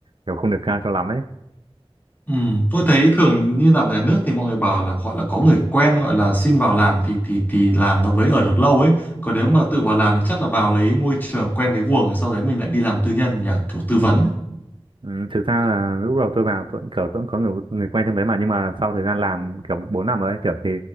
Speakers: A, on the right; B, on the left.
A: kiểu không được cao cho lắm ấy
B: ừ, tôi thấy thường như làm nhà nước thì mọi người bảo là gọi là có người quen gọi là xin vào làm thì thì thì làm nó với ở được lâu ấy còn nếu mà tự vào làm thì chắc là vào lấy môi trường quen cái guồng rồi sau đấy mình lại đi làm tư nhân nhỉ kiểu tư
A: ừ.
B: vấn ấy.
A: Ừ, thực ra là lúc đầu tôi vào tôi cũng kiểu tôi cũng có người người quen trong đấy mà nhưng mà sau thời gian làm kiểu 4 năm rồi kiểu thì